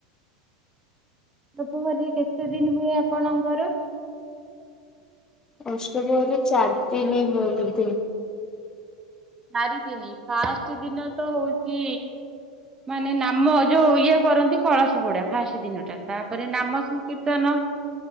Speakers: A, on the right; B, on the left.
A: ଅଷ୍ଟପ୍ରହରୀ କେତେଦିନ ହୁଏ ଆପଣଙ୍କର?
B: ଅଷ୍ଟପ୍ରହରୀ ଚାରିଦିନ ହୁଏ ବୋଧେ।
A: ଚାରିଦିନି ଫାଷ୍ଟ ଦିନ ତ ହଉଚି ମାନେ ନାମ ଯୋଉ ଇଏ କରନ୍ତି କଳସ ବୁଡା ଫାଷ୍ଟ ଦିନଟା। ତାପରେ ନାମ ସଂକୀର୍ତ୍ତନ